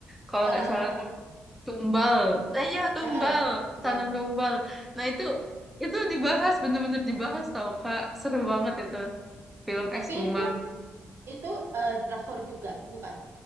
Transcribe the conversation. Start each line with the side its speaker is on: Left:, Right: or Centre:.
Centre: kalau
Right: eh, eh,
Centre: nggak salah tuh tumbal Eh, iya tumbal
Right: eh, eh, Bal.
Centre: tanam tumbal nah itu itu dibahas bener-bener dibahas tau kak seru banget itu film
Right: Tapi
Centre: Exhuma
Right: itu itu eh, drakor juga, bukan?